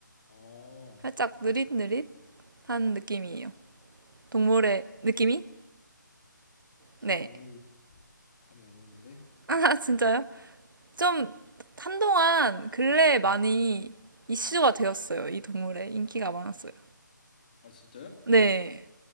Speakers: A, on the left; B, on the right.
A: 아,
B: 살짝 느릿느릿? 한 느낌이에요. 동물의 느낌이? 네.
A: 어우, 감이 안 오는데?
B: <laughs> 아, 진짜요? 좀 한동안 근래에 많이 이슈가 되었어요. 이 동물의 인기가 많았어요.
A: 아, 진짜요?
B: 네.